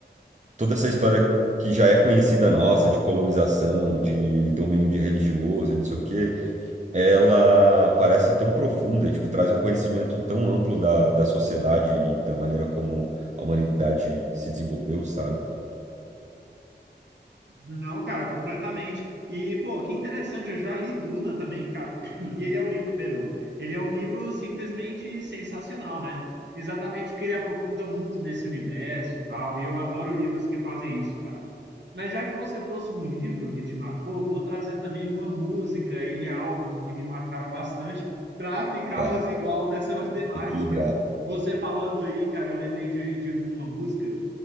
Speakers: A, on the right; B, on the right.
A: toda essa história que já é conhecida nossa, de colonização, de domínio de religioso, e não sei o quê, ela parece tão profunda e, tipo, traz um conhecimento tão amplo da, da sociedade e da maneira como a humanidade se desenvolveu, sabe?
B: Não, cara, completamente. E, pô, que interessante, eu já li Duna também, cara. <clears throat> E ele é um livro, perdão. Ele é um livro simplesmente sensacional, né? Exatamente porque ele aprofunda muito nesse universo e tal. E eu adoro livros que fazem isso, cara. Mas já que você trouxe um livro que te marcou, eu vou trazer também uma música e álbum que me marcaram bastante para ficarmos
A: Tá,
B: igual nessa <laughs> matemática.
A: equilibrar.
B: Você falando aí, cara, eu lembrei de, de uma música